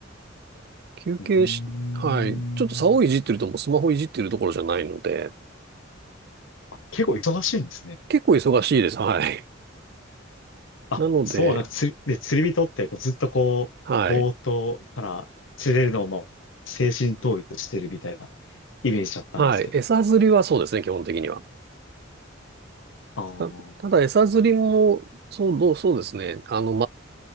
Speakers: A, on the right; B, on the left.
A: 休憩し、
B: うーん。
A: はい。ちょっと竿をいじってるともうスマホいじってるところじゃないので、
B: あ、結構忙しいんですね。
A: 結構忙しいです。はい。
B: あ、
A: <laughs> なので、
B: そう、なんか釣り、で、釣り人ってこうずっとこう、
A: はい。
B: ぼーっとたら釣れるのをもう精神統一してるみたいなイメージだったんですけど。
A: はい。餌釣りはそうですね、基本的には。
B: ああ、
A: た、
B: う
A: ただ餌釣りも、そう、どう、そうですね。あの、